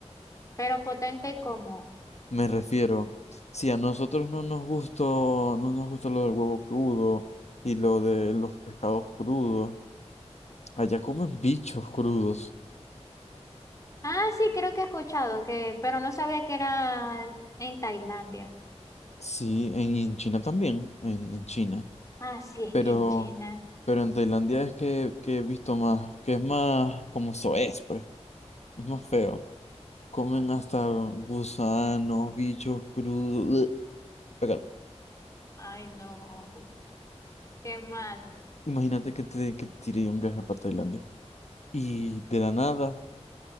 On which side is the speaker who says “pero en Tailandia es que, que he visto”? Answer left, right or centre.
Left